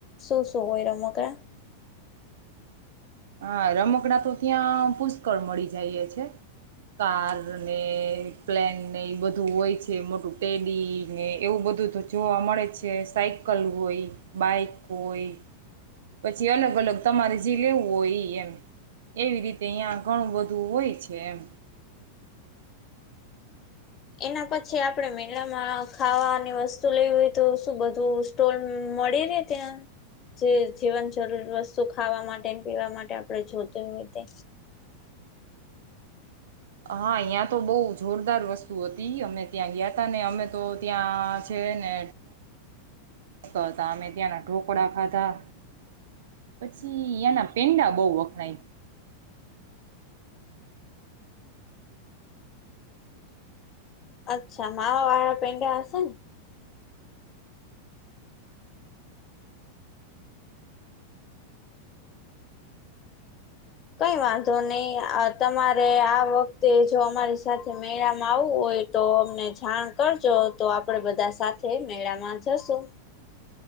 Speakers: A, on the left; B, on the right.
A: શું શું હોય રમકડા રમકડા
B: હા રમકડા તો ત્યાં પુષ્કળ મળી જાય છે કાર ને પ્લેન ને એ બધું હોય છે, મોટું ટેડી ને એવું બધું તો જોવા મળે છે, સાયકલ હોય, બાઈક હોય. પછી અલગ અલગ તમારે જે લેવું હોય એમ એવી રીતે અહીંયા ઘણું બધું હોય છે એમ
A: એના પછી આપણે મેળામાં ખાવાની વસ્તુ લેવી હોય તો શું બધું સ્ટોર મળી રે ત્યાં જે જીવન જરૂરી વસ્તુ ખાવા માટે પીવા માટે આપણે જોતી હોય તે
B: હા ત્યાં તો બહુ જોરદાર વસ્તુ હતી અમે ત્યાં ગયા ત ને અમે તો ત્યાં છે ને હતા અમે ત્યાંના ઢોકળા ખાધા, પછી ત્યાંના પેંડા બહ વખણાય.
A: અચ્છા માવ વાળા પેંડા હશે ને? કઈ વાંધો નહી. તમારે આ વખતે જો અમારી સાથે મેળામાં આવવું હોય તો અમને જાણ કરજો તો આપડે બધા સાથે મેળામાં જશું